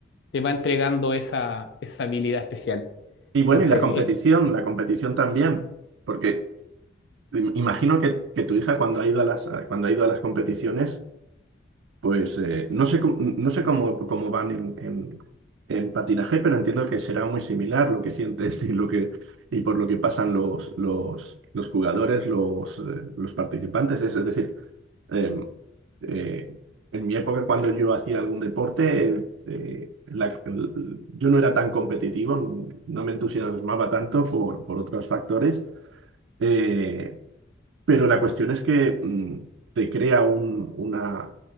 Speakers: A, on the left; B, on the right.
A: te va entregando esa, esa habilidad especial.
B: Y
A: Entonces,
B: bueno, y la competición,
A: es-
B: la competición también, porque imagino que, que tu hija cuando ha ido a las, cuando ha ido a las competiciones, pues eh, no sé, cómo- no sé cómo, cómo van en, en, en patinaje, pero entiendo que será muy similar lo que sienten <laughs> y, lo que, y por lo que pasan los, los, los jugadores, los, eh, los participantes. Es, es decir, Eh, eh, en mi época, cuando yo hacía algún deporte, eh, la- l- yo no era tan competitivo, no me entusiasmaba tanto por, por otros factores, eh, pero la cuestión es que mm, te crea un- una